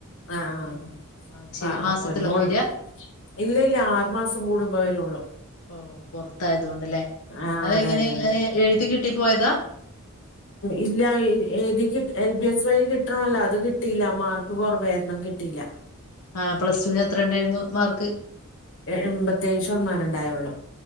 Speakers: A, on the left; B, on the left.
A: ആഹ്
B: ഉ അത് ശെരി
A: ആഹ്
B: മാസത്തിലോ
A: പ ഒരു മോള്
B: വരിക
A: ഇല്ല ഇല്ല ആറു മാസം കൂടുമ്പോ വരള്ളൂ
B: ഓ പുറത്തായത് കൊണ്ട്ല്ലേ
A: ആഹ്
B: അതെങ്ങനെ
A: അതന്നെ അതന്നെ
B: എഴുതി കിട്ടി പോയതാ
A: ഇല്ല എ എൽ ബി എസ് വഴി കിട്ടണല്ലോ അത് കിട്ടിയില്ല മാർക്ക് കുറവായിരുന്നു കിട്ടിയില്ല
B: ആ പ്ലസ ടുവിന് എത്ര ഉണ്ടായിരുന്നു മാർക്ക്
A: എൺപത്തിയേഴ് ശതമാനം ഉണ്ടായുള്ളൂ